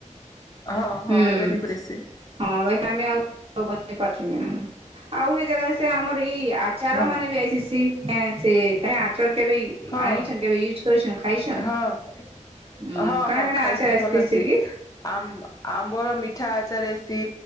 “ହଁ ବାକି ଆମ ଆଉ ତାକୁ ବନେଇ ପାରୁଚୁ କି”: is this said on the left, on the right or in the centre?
Right